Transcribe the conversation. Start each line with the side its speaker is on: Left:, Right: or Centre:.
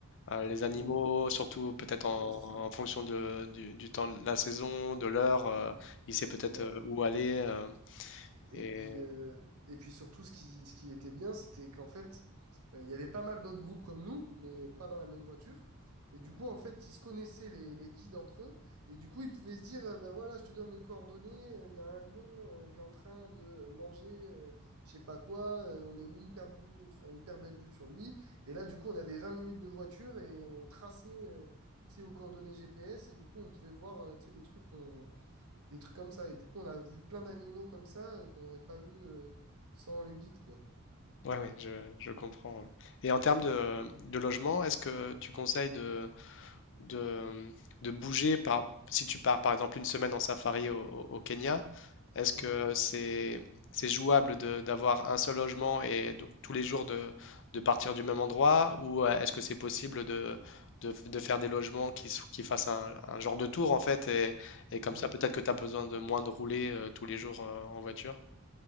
Left: euh, les
Right: <laughs>
Left: animaux,
Right: Mhm.
Left: surtout peut-être
Right: Voilà,
Left: en,
Right: c'est ça.
Left: en fonction de, du, du temps de la saison, de l'heure, euh, il sait peut-être
Right: Voilà.
Left: euh, où aller. euh,
Right: Et
Left: et
Right: puis, euh, et puis surtout, ce qui, ce qui était bien, c'était qu'en fait, euh, il y avait pas mal d'autres groupes comme nous, mais pas dans la même voiture. Et du coup, en fait, ils se connaissaient les, les guides entre eux. Et du coup, ils pouvaient se dire, euh, ben voilà, je te donne les coordonnées, euh, il y a un lion euh, qui est en train de manger, euh, je sais pas quoi, euh, on a une hyper, bu- enfin, hyper belle vue sur lui. Et là, du coup, on avait 20 minutes de voiture et on traçait, euh, tu sais, aux coordonnées GPS. Et du coup, on pouvait voir, euh, tu sais, des trucs qu'on des trucs comme ça. Et du coup, on a vu plein d'animaux comme ça euh, qu'on n'aurait pas vu euh, sans le guide, quoi.
Left: ouais, ouais, je, je comprends. ouais. Et en termes de, de logement, est-ce que tu conseilles de de, de bouger par, si tu pars par exemple une semaine en safari au, au- au Kenya, est-ce que
Right: Mhm.
Left: c'est c'est jouable de- d'avoir un seul logement et donc tous les jours de, de partir du même endroit ou euh, est-ce que c'est possible de, de, de faire des logements qui, s- qui fassent un, un genre de tour en fait et, et comme
Right: Mhm.
Left: ça peut-être que tu as besoin de moins de rouler euh, tous les jours euh, en voiture?